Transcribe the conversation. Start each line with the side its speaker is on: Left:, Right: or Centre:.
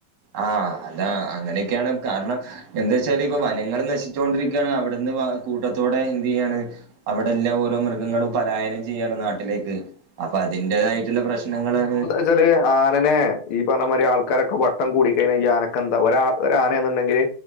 Right: ആഹ് അതാ അങ്ങനെയൊക്കെയാണ് കാരണം എന്താ വച്ചാല് ഇപ്പൊ വനങ്ങൾ നശിച്ചൊണ്ടിരിക്ക കാണ് അവിടുന്ന് കൂട്ടത്തോടെ എന്ത് ചെയ്യാണ് അവിടെല്ലാം ഓരോ മൃഗങ്ങളും പലായനം ചെയ്യാണ് നാട്ടിലേക്ക് അപ്പൊ അതിന്റേതായിട്ടുള്ള പ്രശ്നങ്ങളാണ്
Left: ഇജ് ഒരു ആന നേ ഈ പറഞ്ഞ മാതിരി ആൾക്കാരൊക്കെ വട്ടം കൂടിക്കഴിഞ്ഞാൽ ഈ ആനക്കെന്താ ഓരനെ എന്നുണ്ടെങ്കില്